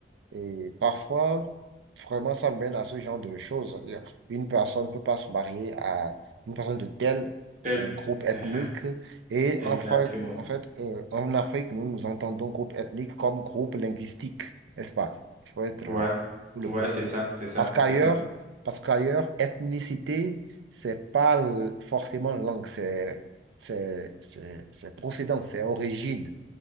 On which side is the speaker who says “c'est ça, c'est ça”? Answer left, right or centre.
Right